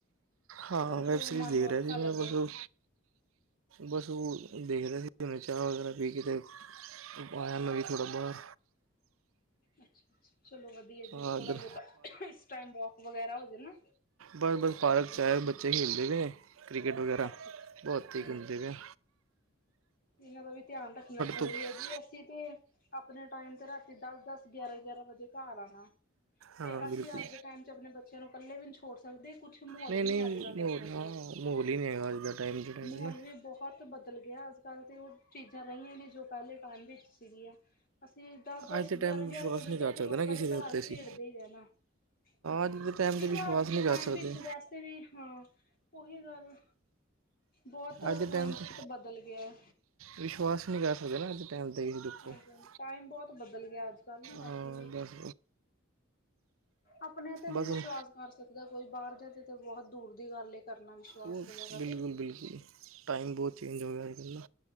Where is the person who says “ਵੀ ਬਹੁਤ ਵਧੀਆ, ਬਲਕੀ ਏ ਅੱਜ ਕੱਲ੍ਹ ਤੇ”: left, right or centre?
Left